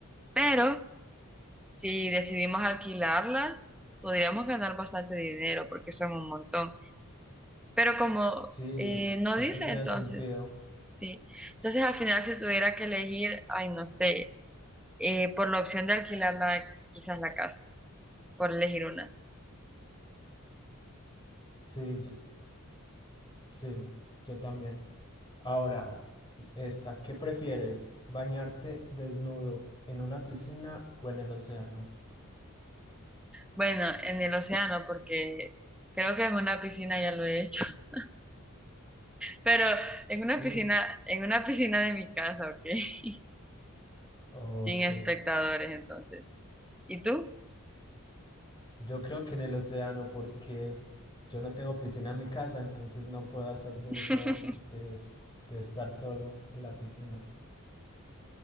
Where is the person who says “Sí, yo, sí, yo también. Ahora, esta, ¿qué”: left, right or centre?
Left